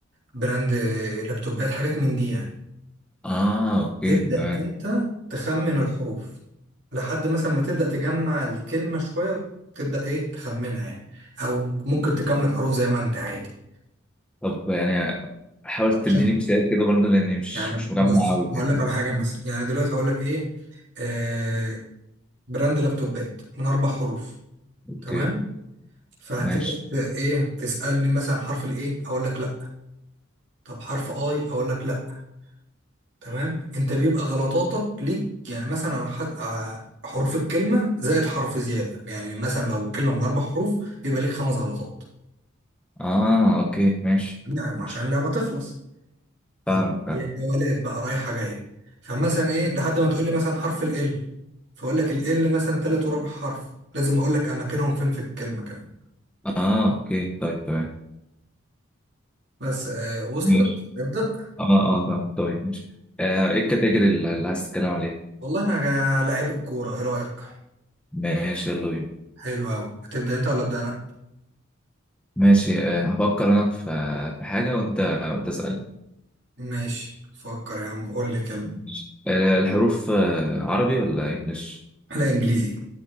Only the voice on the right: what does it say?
براند آه، لابتوبات حاجات من دي يعني
تبدأ
انت تخمن الحروف لحد مثلا ما تبدأ تجمع الكلمة شوية تبدأ ايه تخمنها يعني او ممكن تكمل حروف زي ما انت عادي
عشان
يعني
بص
هقول
لك على حاجة مثلا يعني دلوقتي هقول لك ايه آه براند لابتوبات من اربع حروف
تمام فهتبدأ
ت- ايه تسألني مثلا حرف الايه اقول لك لا طب حرف اي اقول لك لا تمام انت بيبقى غلطاتك ليك يعني مثلا على حد ع- حروف الكلمه زائد حرف زياده يعني مثلا لو كلمه من اربع حروف بيبقى ليك خمس غلطات
يعني
عشان اللعبه تخلص طب
هي جولات بقى رايحه جايه فمثلا ايه لحد ما تقول لي مثلا حرف ال ال فاقول لك ال ال مثلا تالت ورابع حرف لازم اقول لك اماكنهم فين في الكلمه كمان
بس آه وصلت
نبدا
والله انا لعيب الكوره ايه رايك
حلو قوي هتبدا انت ولا ابدا انا
ماشي فكر يا عم قول لي كلمه
لا انجليزي